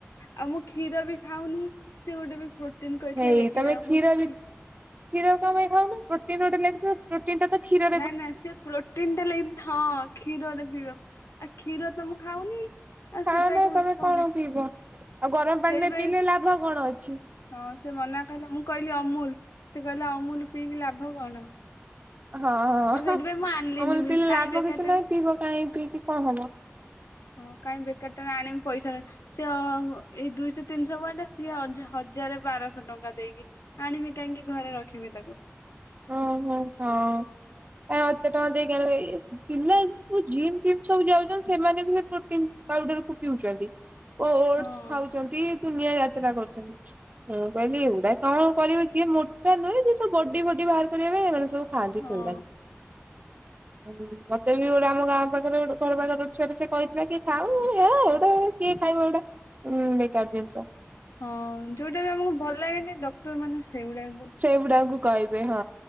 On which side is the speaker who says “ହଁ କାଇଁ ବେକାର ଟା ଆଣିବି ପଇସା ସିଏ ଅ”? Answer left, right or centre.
Left